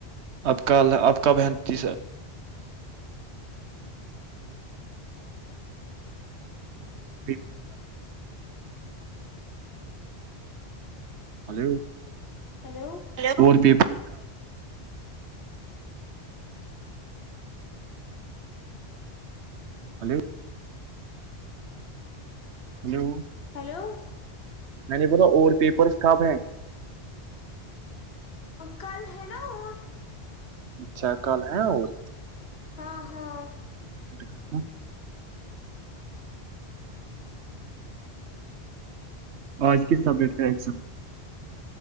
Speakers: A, on the right (about 85°); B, on the left (about 65°).
A: آپ ک آپ کا بہن تی اور ب پرس کام ہے ہلو
B: ہیلو
A: فور پیپر میں ہے ہلو ہلو
B: ہیلو
A: میں نے بولا اور پیپر کب ہیں
B: کل ہے نا اور
A: اچھا کل ہے اور
B: ہاں ہاں
A: سبجیکٹ کا تھا <unintelligible> آج کس سبجیکٹ کا ایگزام تھا